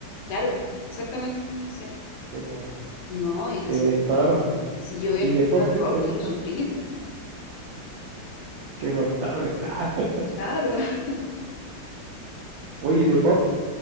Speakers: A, on the left; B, on the right.
A: Claro, exactamente. Sí.
B: Sí, pues.
A: No, y
B: Sí,
A: si,
B: tenéis toda la razón, po.
A: y si yo voy
B: ¿Y
A: a escuchar
B: de pop quién
A: rock,
B: te gusta?
A: quiero sufrir.
B: Quiero cortarme, <laughs> exacto.
A: Claro. <laughs>
B: Oye, ¿y de pop,